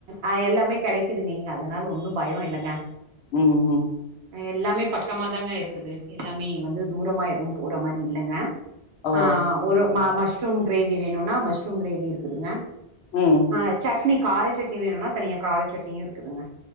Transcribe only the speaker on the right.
ஆ எல்லாமே கெடைக்குதுங்க இங்க அதுனால ஒன்னு பயொ இல்லங்க
எல்லாமே பக்கமாதாங்க இருக்குது எல்லாமே வந்து தூரமா எதுவு போற மாரி இல்லங்க
ஆ ஒரு மா மஷ் ரூம் கிரேவி வேணுன்னா மஷ்ரூம் கிரே வி இருக்குதுங்க
ஆ சட்னி கார சட்னி வேணுனா தனியா கார சட்னியு இருக்குதுங்க